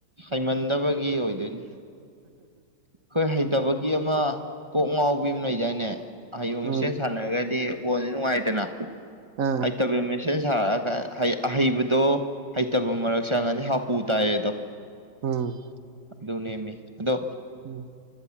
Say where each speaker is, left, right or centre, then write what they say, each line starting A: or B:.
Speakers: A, on the right (about 25°); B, on the right (about 50°).
A: ꯍꯩꯃꯟꯗꯕꯒꯤ ꯑꯣꯏꯗꯣꯏꯅꯤ ꯑꯈꯣꯏ ꯍꯩꯇꯕꯒꯤ ꯑꯃ ꯀꯣꯛ ꯉꯥꯎ ꯀꯥꯎꯕꯤ ꯑꯃ ꯂꯩꯩꯗꯥꯏꯅꯦ? ꯑꯥꯍꯩꯕ ꯃꯁꯦꯟ
B: ꯎꯝ
A: ꯁꯥꯟꯅꯒ꯭ꯔꯗꯤ ꯕꯣꯜꯁꯤ ꯅꯨꯉꯥꯏꯗꯅ
B: ꯑꯥ
A: ꯍꯩꯇꯕꯤ ꯃ ꯁꯦꯟ ꯁꯥꯔꯛꯑꯀꯥꯟ ꯍꯩ ꯑꯍꯩꯕꯗꯣ ꯍꯩꯇꯕ ꯃꯔꯛ ꯆꯪꯉꯗꯤ ꯍꯥꯄꯨ ꯇꯥꯏꯌꯦꯗꯣ
B: ꯎꯝ
A: ꯑꯗꯨꯅꯦꯃꯤ ꯑꯗꯣ
B: ꯎꯝ